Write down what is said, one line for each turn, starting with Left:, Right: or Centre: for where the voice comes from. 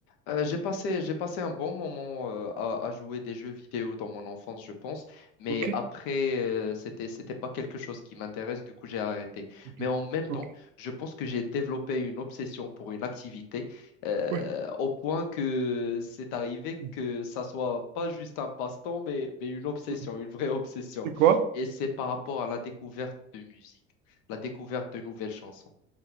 Left: Euh, j'ai passé, j'ai passé un bon moment euh, à, à jouer des jeux vidéo dans mon enfance, je pense, mais
Right: Ok.
Left: après, euh, c'était, c'était pas quelque chose qui m'intéresse, du coup, j'ai arrêté.
Right: Ok.
Left: Mais en même temps,
Right: Ok.
Left: je pense que j'ai développé une obsession pour une activité euh,
Right: Ouais.
Left: au point que c'est arrivé
Right: Mm.
Left: que ça soit pas juste un passe-temps, mais, mais une obsession,
Right: Mm.
Left: une vraie obsession.
Right: C'est quoi?
Left: Et c'est par rapport à la découverte de musique, la découverte de nouvelles chansons.